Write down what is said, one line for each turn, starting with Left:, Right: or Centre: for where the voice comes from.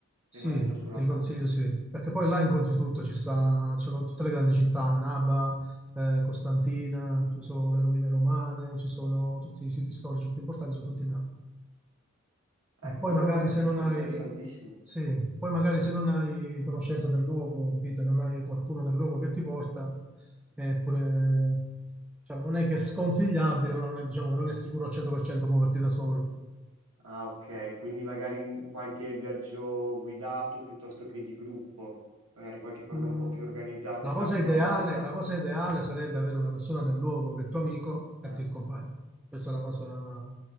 Right: rimanendo
Centre: sì,
Right: sulla
Centre: ti
Right: costa.
Centre: consiglio sì, perché poi là incontri tutto, ci sta, ci sono tutte le grandi città, Annaba, eh, Costantina, ci sono le rovine romane, ci sono tutti i siti storici più importanti, sono tutti là.
Right: Eh,
Centre: E
Right: quello
Centre: poi magari se non
Right: sarà
Centre: hai,
Right: interessantissimo.
Centre: sì, poi magari se non hai conoscenza del luogo, capito, non hai qualcuno del luogo che ti porta, è pure, cioè, non è che è sconsigliabile, però non è, diciamo che non è sicuro al 100% muoverti da solo.
Right: Ah, ok, quindi magari in qualche viaggio guidato piuttosto che di gruppo, magari qualche cosa
Centre: Mm,
Right: un po' più organizzato se
Centre: la
Right: è
Centre: cosa
Right: la prima
Centre: ideale,
Right: volta,
Centre: la cosa ideale sarebbe avere una persona del luogo che è tuo amico e
Right: Ah,
Centre: ti accompagna. Questa è la cosa,